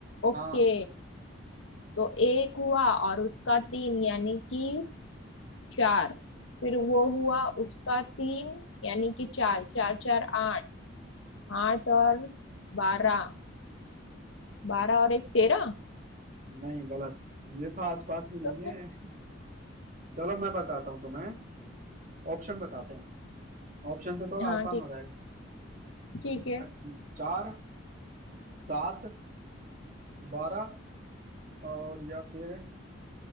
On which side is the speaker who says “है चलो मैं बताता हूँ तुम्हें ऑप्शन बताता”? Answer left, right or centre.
Right